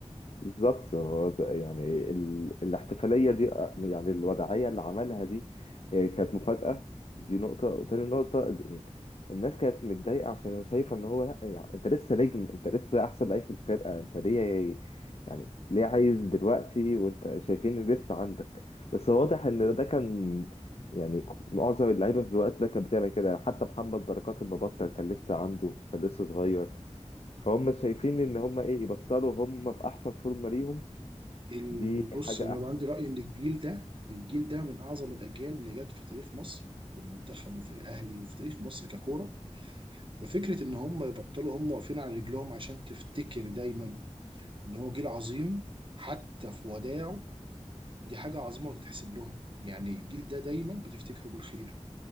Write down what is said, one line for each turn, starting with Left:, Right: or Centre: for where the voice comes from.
Left: بالظبط هو ده- يعني ال... الاحتفالية دي آه، يعني الوداعية اللي عملها دي هي كانت مفاجأة دي نقطة وتاني نقطة ال- الناس كانت متضايقة عشان شايفة ان هو لا يعني انت لسه نجم انت لسه احسن لعيب في الفرقة انت ليه يعني ليه عايز دلوقتي وانت شايفين إن لسه عندك بس واضح ان ده كان يعني معظم اللعيبة في الوقت ده كانت بتعمل كده حتى محمد بركات المبطل كان لسه عنده كان لسه صغير فهم شايفين ان هم ايه يبطلوا هم في احسن فورمه ليهم
Right: ال-
Left: دي
Right: بص
Left: حاجه
Right: انا
Left: احسن
Right: عندي راي ان الجيل ده الجيل ده من اعظم الاجيال اللي جت في تاريخ مصر في المنتخب وفي الاهلي وفي تاريخ مصر ككوره ففكره ان هم يبطلوا هم واقفين على رجلهم عشان تفتكر دايما ان هو جيل عظيم حتى في وداعه دي حاجه عظيمه وتتحسب لهم يعني الجيل ده دايما بتفتكره بالخير